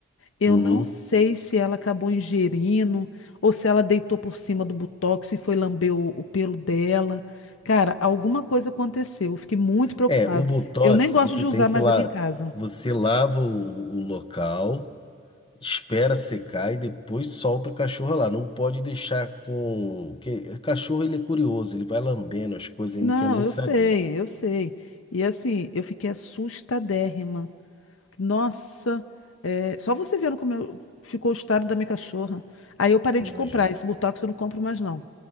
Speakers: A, on the left; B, on the left.
A: Eu
B: Uhum.
A: não sei se ela acabou ingerindo ou se ela deitou por cima do botox e foi lamber o, o pelo dela. Cara, alguma coisa aconteceu. Eu fiquei muito preocupada.
B: É, o Botox,
A: Eu nem gosto
B: você
A: de usar
B: tem que
A: mais
B: lá,
A: aqui em casa.
B: você lava o, o local, espera secar e depois solta a cachorra lá. Não pode deixar com, que cachorro ele é curioso, ele vai lambendo as coisas e
A: Não,
B: não quer nem
A: eu
B: saber,
A: sei,
B: né?
A: eu sei. E assim, eu fiquei assustadérrima. Nossa, é, só você vendo como eu- ficou o estado da minha cachorra. Aí eu parei
B: Imagina.
A: de comprar. Esse Botox eu não compro mais, não.